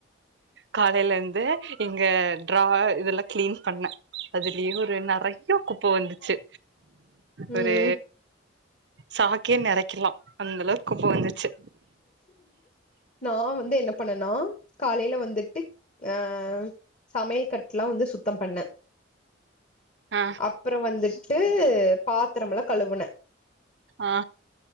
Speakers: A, on the right; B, on the left.
A: காலேல இந்து எங்க டரா இதெல்லா க்ளீன் பண்ண அதிலியு ஒரு நெறையா குப்ப வந்துச்சு
B: ம்
A: ஒரு சாக்கயே நெறைக்லா அந்தளவுக்கு குப்ப வந்துச்சு
B: நா வந்து என்ன பண்ண னா கா லேல வந்துட்டுக் அ சமையல் கட்லா வந்து சுத்தம் பண்ண
A: ஆ
B: அப்ற வந்திட் டு பாத்திரம்ல கழுவுனே
A: ஆ